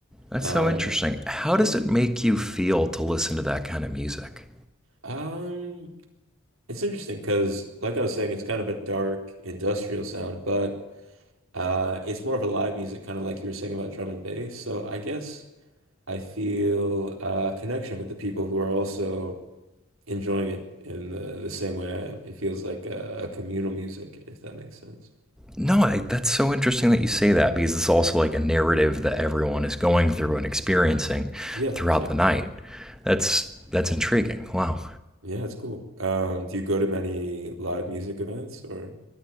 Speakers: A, in the centre; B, on the right (about 75°).
A: That's
B: Um,
A: so interesting. How
B: yeah,
A: does it make you feel to listen to that kind of music?
B: um, it's interesting because, like I was saying, it's kind of a dark industrial sound, but uh, it's more of a live music, kind of like you were saying about drum and bass. So I guess I feel a connection with the people who are also enjoying it in the, the same way I am. It feels like a, a communal music, if that makes sense.
A: No, I, that's so interesting that you say that because it's also like a narrative that everyone is going through and experiencing
B: Yeah,
A: throughout
B: exactly.
A: the night. That's that's intriguing. Wow.
B: Yeah, it's cool. Um, do you go to many live music events or?